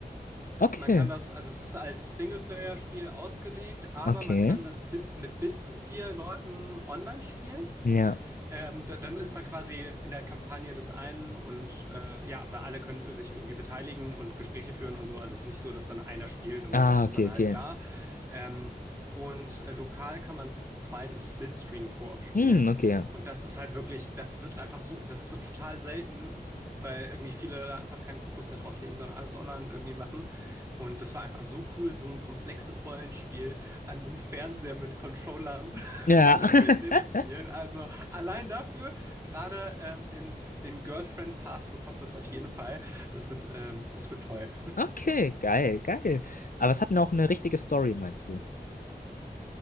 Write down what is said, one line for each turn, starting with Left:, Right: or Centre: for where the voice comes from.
Left: Okay,
Right: Man kann das, also es ist als Singleplayer-Spiel ausgelegt, aber
Left: okay,
Right: man kann das bis, mit bis zu vier Leuten online spielen.
Left: ja.
Right: Ähm, da- dann ist man quasi in der Kampagne des einen und äh, ja, aber alle können sich irgendwie beteiligen und Gespräche führen und so. Also es ist nicht so, dass dann einer spielt und
Left: Ah,
Right: der Rest
Left: okay,
Right: ist dann
Left: okay.
Right: halt da. Ähm, und äh, lokal kann man es zu zweit im Splitscreen-Koop spielen.
Left: Hm, okay.
Right: Und das ist halt wirklich, das wird einfach so, das wird total selten, weil irgendwie viele da einfach keinen Fokus mehr drauf legen, sondern alles online irgendwie machen. Und das war einfach so cool, so ein komplexes Rollenspiel an einem Fernseher mit Controllern. <laughs>
Left: Ja.
Right: an einem
Left: <laughs>
Right: PC zu spielen. Also allein dafür, gerade ähm, den, den Girlfriend Pass bekommt das auf jeden Fall. Das wird, ähm, das wird toll.
Left: Okay, geil, geil. Aber es hat noch eine richtige Story, meinst du?